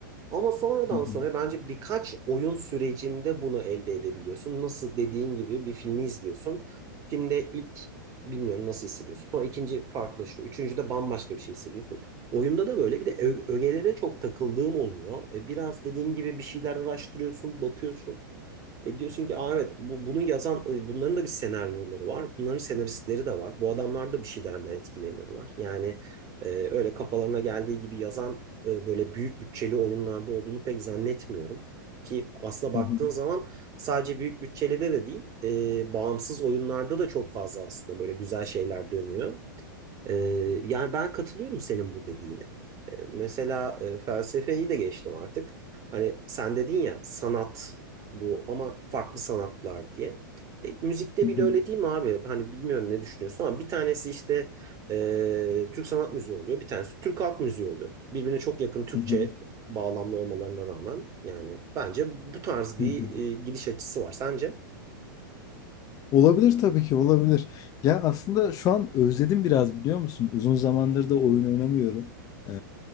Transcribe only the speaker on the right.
Ama sonradan
sonra bence birkaç oyun sürecinde bunu elde edebiliyorsun. Nasıl dediğin gibi bir filmi izliyorsun. Filmde ilk Bilmiyorum nasıl hissediyorsun. Sonra ikinci farklılaşıyor. Üçüncü de bambaşka bir şey hissediyorsun. Oyunda da böyle bir de ö- ögelere çok takıldığım oluyor. E, biraz dediğim gibi bir şeyler araştırıyorsun, bakıyorsun. E diyorsun ki Aa, evet bu, bunu yazan e, bunların da bir senaryoları var. Bunların senaristleri de var. Bu adamlar da bir şeylerden etkileniyorlar. Yani e, öyle kafalarına geldiği gibi yazan e, böyle büyük bütçeli oyunlarda olduğunu pek zannetmiyorum. Ki aslına baktığın
zaman sadece büyük bütçeli de de değil e, bağımsız oyunlarda da çok fazla aslında böyle güzel şeyler dönüyor. Ee, yani ben katılıyorum senin bu dediğine. Ee, mesela e, felsefeyi de geçtim artık. Hani sen dedin ya sanat bu ama farklı sanatlar diye. E, müzikte
bile
öyle değil mi abi? Hani bilmiyorum ne düşünüyorsun ama bir tanesi işte e, Türk sanat müziği oluyor. Bir tanesi Türk halk müziği oluyor. Birbirine çok yakın Türkçe
bağlamlı olmalarına rağmen yani bence bu tarz bir
e, gidiş açısı var. Sence?